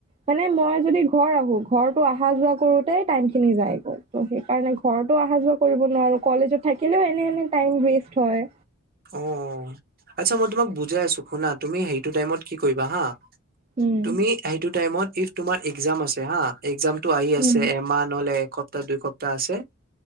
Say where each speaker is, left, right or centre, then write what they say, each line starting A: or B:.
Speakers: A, on the right; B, on the right.
A: মানে মই যদি ঘৰ আহো, ঘৰটো অহা যোৱা কৰোতে টাইমখিনি যায় গে সেইকাৰণে ঘৰটো অহা-যোৱা কৰিব নোৱাৰো কলেজত থাকিলেও এনে এনে টাইম ৱেষ্ট হয়।
B: উম, <unintelligible> চ' মই তোমাক বুজাই আছোঁ শুনা, তুমি সেই এইটো টাইমত কি কৰিবা হা?
A: উম
B: তুমি সেইটো টাইমত ইফ তোমাৰ এক্সাম আছে হা, এক্সাম টো আহি
A: উম
B: আছে এমাহ নহলে এক স সপ্তাহ দুই সপ্তাহ আছে।